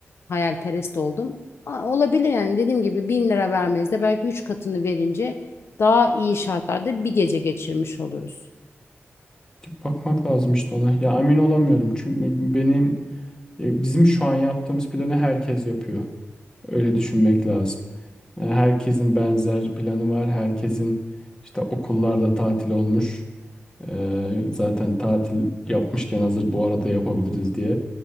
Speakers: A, on the left; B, on the left.
A: hayalperest oldum. Aa, Olabilir yani dediğim gibi bin lira vermeyiz de belki üç katını verince daha iyi şartlarda bir gece geçirmiş oluruz.
B: Bakmak lazım işte ona. Ya emin olamıyorum. Çünkü benim e, bizim şu an yaptığımız planı herkes yapıyor. Öyle düşünmek lazım. Yani herkesin benzer planı var. Herkesin işte okullarda tatil olmuş. Ee, zaten tatil yapmışken hazır bu arada yapabiliriz diye.